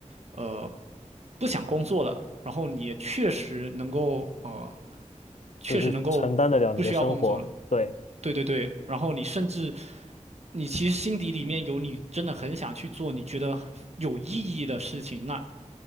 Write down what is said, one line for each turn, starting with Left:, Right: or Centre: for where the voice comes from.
Right: 呃不想工作了，然后你也确实能够呃确实能够不需要工作了，
Left: 就是承担得了你的生活，对，
Right: 对对对。然后你甚至你其实心底里面有你真的很想去做你觉得有意义的事情，那